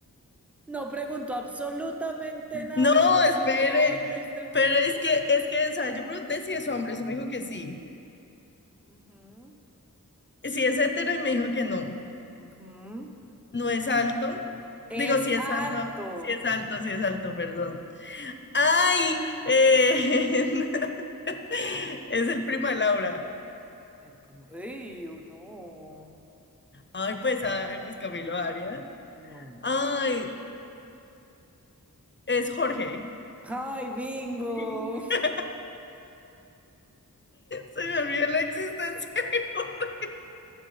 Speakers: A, in the centre; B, on the left.
A: No preguntó absolutamente nada.
B: No,
A: Usted
B: espere.
A: es la peor de este juego.
B: Pero es que, es que, o sea, yo pregunté si es hombre, se me dijo que sí.
A: Ujú,
B: Si es hetero y me dijo que no.
A: ujú.
B: No es alto.
A: Es
B: Digo, si es
A: alto.
B: alto, si es alto, si es alto, perdón. Ay, eh, <laughs> es el primo de Laura.
A: El primo. ¡Ey, no!
B: Ay, pues, ah, pues Camilo Arias.
A: No.
B: Ay, es Jorge.
A: ¡Ay, bingo!
B: <laughs>
A: <laughs>
B: Se me olvidó la existencia de Jorge.